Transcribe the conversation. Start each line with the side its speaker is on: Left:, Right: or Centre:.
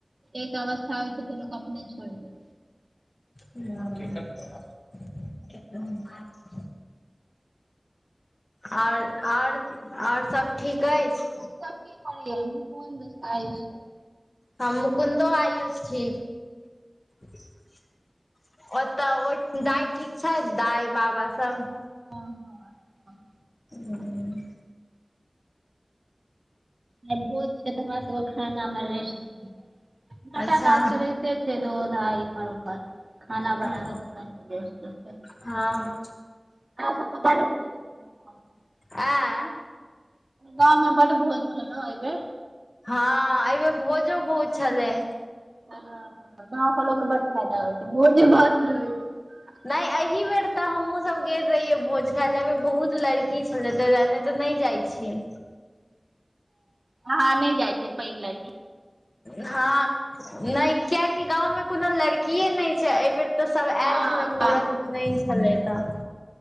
Right: एक अवस्था होइ छै तऽ लोक अपने छोड़ दे।
Left: <unintelligible> और ओर और सब ठीक ऐछ
Right: <unintelligible>
Left: हम मुकुन्दो आयुष छी <inaudible> ओत दाइ ठीक छै दाइ बाबा सब
Right: हँ हँ <inaudible>
Left: <unintelligible>
Right: आए भोज छै तऽ हमरा सब कऽ खाना म रेस्ट छै नौ
Left: अच्छा
Right: टा काज तऽ रहैते छै दोधाइ इम्हार उम्हर खाना
Left: हँ
Right: बनाबै की रेस्ट हेतै
Left: हँ
Right: <unintelligible>
Left: ऐं
Right: गाँव में बड भोज खेलो है आइ बेर
Left: हँ आइबेर भोजो बहुत छलै
Right: <unintelligible> गाँव कऽ लोक कऽ बड फायदा होइ छै भोजे भात रहै छै
Left: नै अही बेर तऽ हमहूं सब गेल रहिये भोज खाय ले अय बेर बहुत लड़की छले तय दुआरे नै ते नै जाइ छियै
Right: हँ नै जाइ छै पैघ लड़की
Left: हँ नै कियकी गाँव में कोनो लड़कीये नै छै आइ बेर तऽ सब
Right: हँ
Left: ऐल छले मूड़न
Right: कहाँ
Left: उपनयन छले तऽ